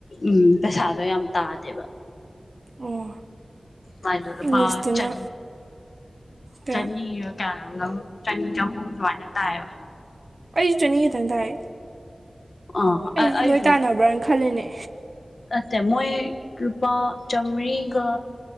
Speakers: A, on the left; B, on the right.
A: ꯎꯝ ꯄꯩꯁꯥꯗꯣ ꯌꯥꯝ ꯇꯥꯗꯦꯕ
B: ꯑꯣ
A: ꯃꯥꯏꯄꯥ
B: ꯏꯪꯂꯤꯁꯇꯅ
A: ꯆ
B: ꯀꯌꯥ
A: ꯆꯅꯤ ꯀꯌꯥꯩꯅꯣꯝꯗꯪ ꯆꯅꯤ ꯆꯍꯨꯝ ꯁꯨꯃꯥꯏꯅ ꯇꯥꯏꯑꯕ
B: ꯑꯩꯁꯨꯁꯨꯅꯤꯉ ꯇꯗꯑ
A: ꯑꯥ
B: ꯑꯩꯗꯤ
A: ꯑꯩꯁꯨ
B: ꯅꫭꯏ ꯇꯥꯟꯅꯕ꯭ꯔꯅ ꯈꯜꯂꯤꯅꯦ
A: ꯅꯠꯇꯦ ꯃꯣꯏ ꯂꯨꯄꯥ ꯆꯥꯝꯃꯔꯤꯒ